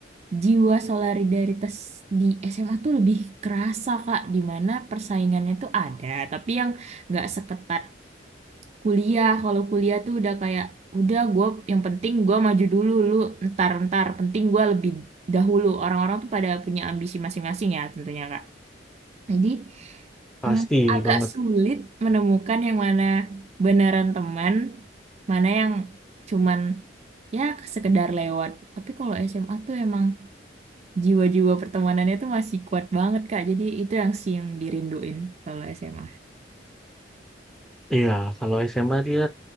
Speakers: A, on the right (about 35°); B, in the centre.
A: jiwa solidaritas di SMA tuh lebih kerasa Kak di mana persaingannya tuh ada tapi yang nggak seketat kuliah kalau kuliah tuh udah kayak udah gue yang penting gue maju dulu lu ntar ntar penting gue lebih dahulu orang-orang tuh pada punya ambisi masing-masing ya tentunya Kak jadi
B: pasti
A: Hmm, agak
B: banget
A: sulit menemukan yang mana beneran teman, mana yang cuman ya sekedar lewat. Tapi kalau SMA tuh emang jiwa-jiwa pertemanannya tuh masih kuat banget, Kak. Jadi itu yang sih yang dirinduin kalau SMA.
B: iya kalau SMA dia